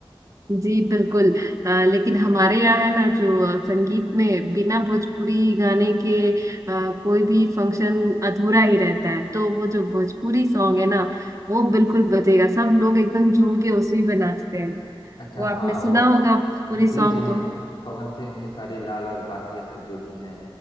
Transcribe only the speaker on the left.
अच्छा
हाँ
वो
अ, जी
जी हाँ
पवन सिंह खेसारी लाल और बाकी ये सब जो भी हैं